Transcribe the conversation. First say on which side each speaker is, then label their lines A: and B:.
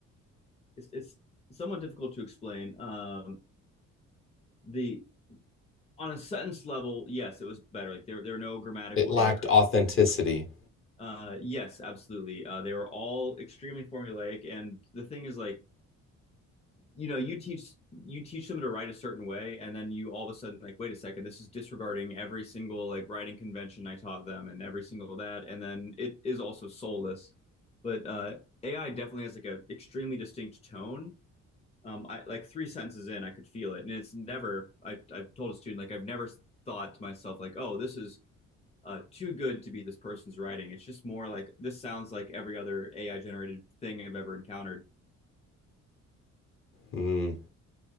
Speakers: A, on the left; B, on the left.
A: it's, it's somewhat difficult to explain. Um, the on a sentence level, yes, it was better. Like there, there were no grammatical
B: it lacked
A: errors.
B: authenticity.
A: Uh, yes, absolutely. Uh, they were all extremely formulaic, and the thing is, like, you know, you teach you teach them to write a certain way, and then you all of a sudden like, wait a second, this is disregarding every single like writing convention I taught them, and every single that, and then it is also soulless. But uh, AI definitely has like a extremely distinct tone. Um, I like three sentences in, I could feel it, and it's never. I I've told a student like I've never thought to myself like, oh, this is uh, too good to be this person's writing. It's just more like this sounds like every other AI generated thing I've ever encountered.
B: Hmm.